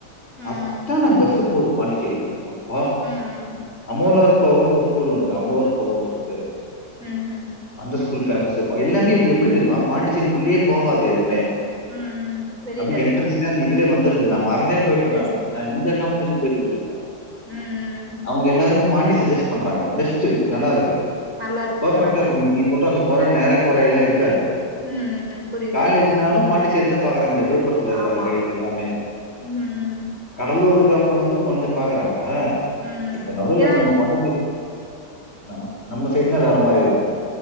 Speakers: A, on the right (about 50°); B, on the left (about 40°).
A: ம்
B: அத்தான பஸ் போகுது பாண்டிச்சேரிக்கு வா
A: ம் ம் ம்
B: அமலர்பவம்னு ஒரு ஸ்கூல் ஒன்னு இருக்கு அமலவர் பவம்னு சொல்ட்டு
A: ம் ம்
B: அந்தசு ஸ்கூல் பேமஸ் எல்லாமே வந்து எப்டி தெரிமா பாண்டிச்சேரிக்கு உள்ளயே போவாது எதுமே
A: ம் வெளில
B: அப்டி எண்ட்ரன்ஸ்ல அந்த இதுலயே வந்துருது நான் மறந்தே போயிட்டே
A: சேரி
B: நானு
A: சேரி
B: நா இந்த காம்படிஷன் போய்ட்டு இருக்கு இப்ப
A: ம் ம்
B: அவங்க எல்லாருமே பாண்டி சஜெஸ் பண்றாங்க பெஸ்ட்டு நல்லா இருக்கு
A: நல்லா இருக்குன்றாங்க
B: பெர்பக்ட்டா இருக்கு உன்னோட மீல் சொல்ற அந்த கொற நெர கொறயல்லா இருக்காது
A: ம் ம் புரியுது
B: காலேஜ்னாலு பாண்டிச்சேரிதா பாக்குறாங்க இந்த விழுப்புரத்துல இருக்கற
A: ஆமா
B: கைஸ் எல்லாமே
A: ம் ம்
B: கடலூர் இருக்கவங்க வந்து கொஞ்சோ பாக்குறாங்க
A: ம்
B: இப்ப நடுவ்ல
A: ஏன்னா
B: நம்ம பம்புக்கு நம் நம்ம சைடனா வேற மாரி இருக்கு